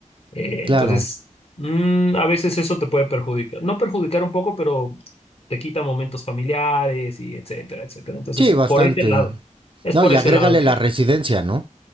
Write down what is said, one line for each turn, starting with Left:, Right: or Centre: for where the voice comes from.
Left: Eh,
Right: Claro,
Left: entonces, mm, a veces eso te puede perjudicar, no perjudicar un poco, pero te quita momentos familiares y etcétera, etcétera. Entonces,
Right: sí, bastante.
Left: por ese lado, es
Right: No,
Left: por
Right: y
Left: ese
Right: agrégale
Left: lado que,
Right: la residencia, ¿no?